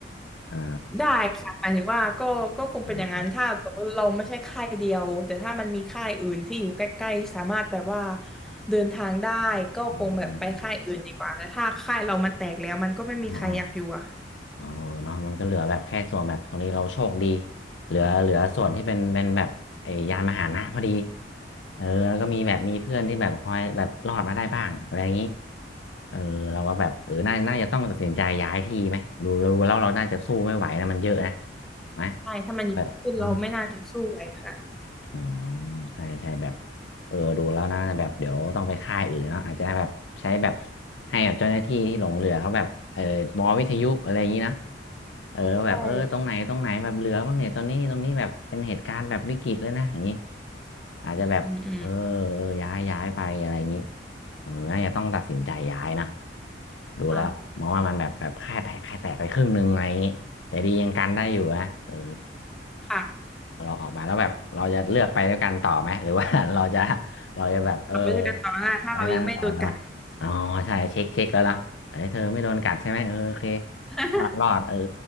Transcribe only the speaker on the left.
อ่า
อืม
อืมอืมอืมอืม เออเนาะมันก็เหลือแบบแค่ส่วนแบบตรงนี้เราโชคดีเหลือเหลือส่วนที่เป็นเป็นแบบไอ้ยานมหานะพอดีเออแล้วก็มีแบบมีเพื่อนที่แบบคอยแบบรอดมาได้บ้างอะไรอย่างนี้เออเราก็แบบเออน่าน่าจะต้องตัดสินใจย้ายที่ไหมดูดูแล้วเราน่าจะสู้ไม่ไหวนะมันเยอะนะไหม
เออ อืมใช่ใช่แบบเออดูแล้วนะแบบเดี๋ยวต้องไปค่ายอื่นเนาะอาจจะแบบใช้แบบให้แบบเจ้าหน้าที่ที่หลงเรือเขาแบบเออมอวิทยุอะไรอย่างนี้นะเออแบบเออตรงไหนตรงไหนแบบเรือบ้างเนี่ยตอนนี้ตรงนี้แบบเป็นเหตุการณ์แบบวิกฤตเลยนะอย่างนี้
อาจจะแบบเออเออย้ายย้ายไปอะไรอย่างนี้
เออน่าจะต้องตัดสินใจย้ายนะดูแล้วมองว่ามันแบบแบบค่ายแตกค่ายแตกไปครึ่งหนึ่งอะไรอย่างนี้แต่ดียังกันได้อยู่นะเออ
เราออกมาแล้วแบบเราจะเลือกไปด้วยกันต่อไหมหรือว่า <laughs> เราจะ <laughs> เราจะแบบเออ
ไปกันต่อไหระอ๋อใช่เช็คเช็คแล้วนะไอ้ยเธอไม่โดนกัดใช่ไหมเออโอเค
รอดรอดเออ